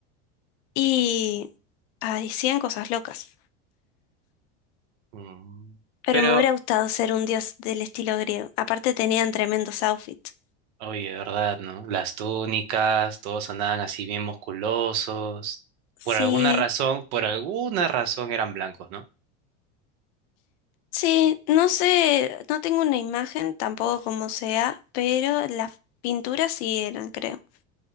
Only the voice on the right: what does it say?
Mm,
Pero,
oye, ¿verdad, no? Las túnicas, todos andaban así bien musculosos.
Por alguna razón, por alguna razón eran blancos, ¿no?